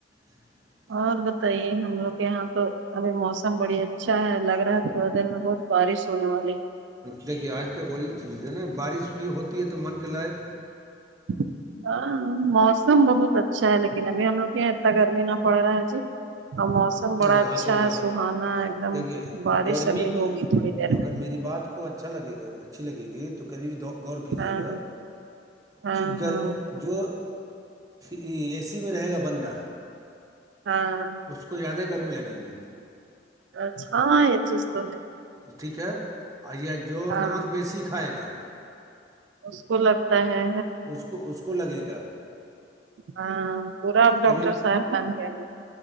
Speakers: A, on the right (about 20°); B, on the right (about 85°).
A: <inaudible>
B: اور بتائیے ہم لوگ کے یہاں تو ابھی موسم بڑی اچھا ہے لگ رہا ہے تھوڑا دیر میں بہت بارش ہونے والی
A: دیکھیے آج کیا وہی چیز ہے نا بارش بھی ہوتی ہے تو من کے لائق
B: <inaudible> ہاں موسم بہت اچھا ہے لیکن ابھی ہم لوگ یہاں اتنا گرمی نہ پڑ رہا ہے جی اور موسم
A: نہ
B: بڑا
A: نہیں یہاں
B: اچھا
A: تو یہاں
B: ہے سہانا
A: تو
B: ایک دم
A: دیکھیے
B: بارش
A: گرمی
B: ابھی
A: کو
B: ہوگی تھوڑی دیر
A: اگر
B: میں
A: میری بات کو اچھا لگے گا اچھی لگے گی تو کبھی بھی غور کیجیے
B: ہاں
A: گا
B: ہاں
A: کہ گرمی
B: ہاں
A: جو اے سی میں رہے گا بندہ
B: ہاں
A: اس کو زیادہ گرمی لگے گی
B: اچھا ہاں یہ چیز تو ہے
A: ٹھیک ہے آیا جو
B: ہاں
A: نمک بیسی کھائے گا
B: اس کو لگتا ہے
A: اس کو اس کو لگے گا
B: ہاں پورا اب
A: کبھی
B: ڈاکٹر صاحب بن گئے ہیں